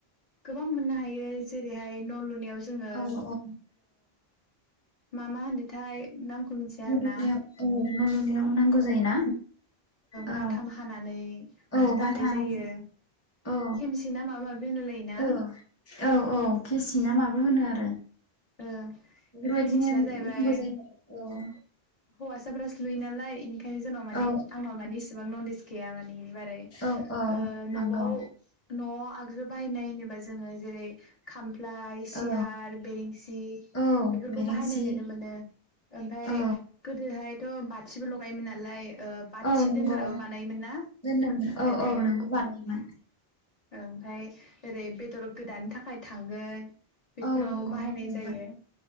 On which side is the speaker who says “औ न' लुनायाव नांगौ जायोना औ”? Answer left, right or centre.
Left